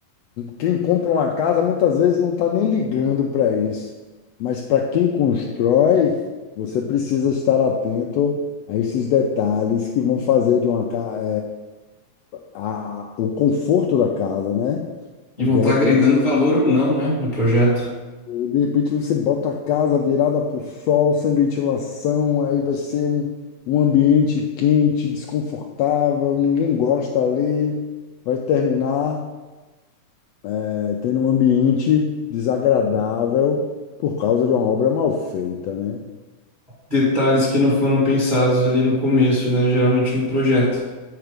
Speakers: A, on the left (about 75°); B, on the right (about 20°).
A: quem compra uma casa muitas vezes não está nem ligando para isso, mas para quem constrói, você precisa estar atento a esses detalhes que vão fazer de uma casa a- o conforto da casa, né?
B: E
A: De
B: vão estar
A: repente,
B: agregando valor ou não, né, no projeto.
A: de repente você bota a casa virada para o sol, sem ventilação, aí vai ser um, um ambiente quente, desconfortável, ninguém gosta ali, vai terminar eh, tendo um ambiente desagradável por causa de uma obra mal feita, né?
B: Detalhes que não foram pensados ali no começo, né? Geralmente no projeto.